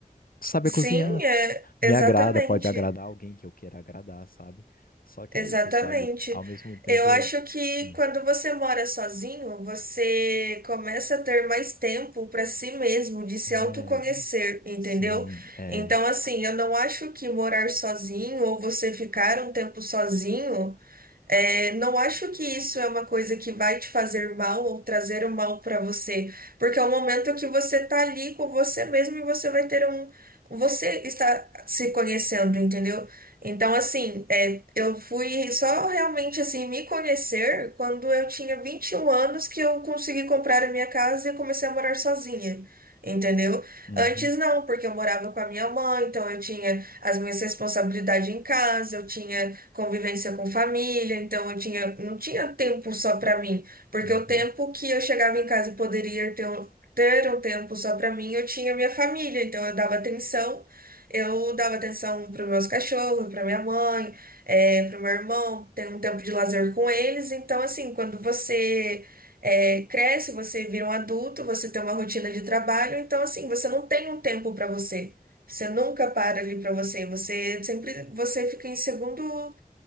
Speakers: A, on the left (about 75°); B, on the right (about 80°).
A: saber
B: sim,
A: cozinhar
B: é
A: me
B: exatamente.
A: agrada, pode agradar alguém que eu queira agradar, sabe? Só que
B: Exatamente.
A: é isso, sabe? Ao mesmo tempo
B: Eu
A: eu
B: acho que
A: Hum.
B: quando você mora sozinho, você começa a ter mais tempo para si mesmo, de se
A: é
B: autoconhecer, entendeu?
A: sim, é
B: Então, assim, eu não acho que morar sozinho ou você ficar um tempo sozinho. É, não acho que isso é uma coisa que vai te fazer mal ou trazer o mal para você, porque é o momento que você tá ali com você mesmo e você vai ter um. Você está se conhecendo, entendeu? Então, assim, é, eu fui só realmente assim me conhecer quando eu tinha 21 anos que eu consegui comprar a minha casa e comecei a morar sozinha. Entendeu?
A: uhum,
B: Antes não, porque eu morava com a minha mãe, então eu tinha as minhas responsabilidades em casa, eu tinha convivência com família, então eu tinha, não tinha tempo só para mim, porque
A: uhum,
B: o tempo que eu chegava em casa e poderia ter, um- ter um tempo só para mim, eu tinha minha família, então eu dava atenção, eu dava atenção para meus cachorros, para minha mãe, é, para meu irmão, ter um tempo de lazer com eles, então assim, quando você é, cresce, você vira um adulto, você tem uma rotina de trabalho, então assim, você não tem um tempo para você. Você nunca para ali para você, você sempre você fica em segundo